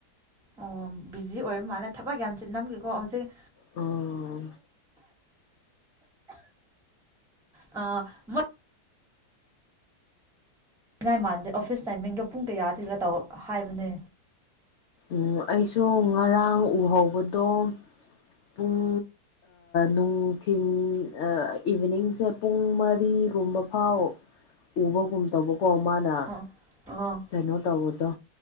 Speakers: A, in the centre; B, on the left.
A: ꯑꯣ ꯕꯤꯖꯤ ꯑꯣꯏꯔ ꯃꯥꯜꯂꯦ ꯊꯕꯛ ꯌꯥꯝ ꯆꯤꯟ ꯅꯝꯈꯤꯀꯣ ꯍꯧꯖꯤꯛ
B: ꯑꯣ
A: ꯑ <unintelligible> ꯃ ꯄꯅꯤꯡꯉꯥꯏ ꯃꯥꯟꯗꯦ ꯑꯣꯐꯤꯁ ꯇꯥꯏꯃꯤꯡꯗꯣ ꯄꯨꯡ ꯀꯌꯥ ꯊꯤꯒ ꯇꯧ ꯍꯥꯏꯕꯅꯦ
B: ꯎ ꯑꯩꯁꯨ ꯉꯔꯥꯡ ꯎꯍꯧꯕꯗꯣ ꯄꯨꯡ ꯅꯨꯡꯊꯤꯟ ꯏꯚꯤꯅꯤꯡꯁꯦ ꯄꯨꯡ ꯃꯔꯤ ꯐꯤꯒꯨꯝꯕ ꯐꯥꯎ ꯎꯕꯒꯨꯝ ꯇꯧꯕ ꯀꯣ ꯃꯥꯅ
A: ꯑꯣ ꯑꯣ
B: ꯀꯩꯅꯣ ꯇꯧꯕꯗꯣ